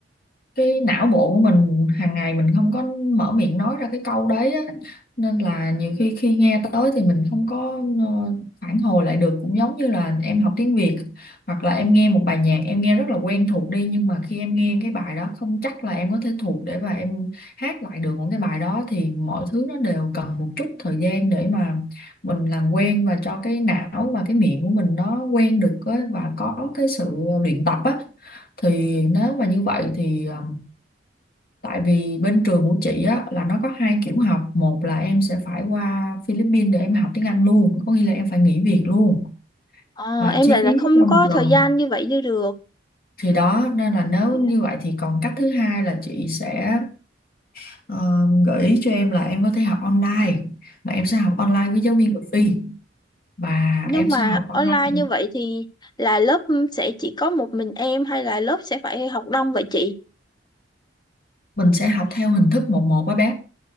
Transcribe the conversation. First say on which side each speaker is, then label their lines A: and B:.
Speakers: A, on the left; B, on the left.
A: cái não bộ của mình hàng ngày mình không có mở miệng nói ra cái câu đấy á. Nên là nhiều khi khi nghe tới thì mình không có ờ, phản hồi lại được cũng giống như là em học tiếng Việt hoặc là em nghe một bài nhạc em nghe rất là quen thuộc đi nhưng mà khi em nghe cái bài đó không chắc là em có thể thuộc để mà em hát lại được một cái bài đó thì mọi thứ nó đều cần một chút thời gian để mà mình làm quen và cho cái não và cái miệng của mình nó quen được á, và có cái sự luyện tập á thì nếu mà như vậy thì ờ, Tại vì bên trường của chị á, là nó có hai kiểu học. Một là em sẽ phải qua Philippines để em học tiếng Anh luôn. Có nghĩa là em phải nghỉ việc luôn.
B: Ờ,
A: Và
B: em
A: chi
B: lại
A: phí
B: là không
A: cho một
B: có
A: lần.
B: thời gian như vậy như được
A: Thì đó, nên là nếu
B: Dạ.
A: như vậy thì còn cách thứ hai là chị sẽ ờ, gợi ý cho em là em có thể học online. Mà em sẽ học
B: Ừ.
A: online với giáo viên người Phi. Và
B: nhưng
A: em
B: mà
A: sẽ học online,
B: online như vậy thì là lớp sẽ chỉ có một mình em hay là lớp sẽ phải học đông vậy chị
A: mình sẽ học theo hình thức một một với bé.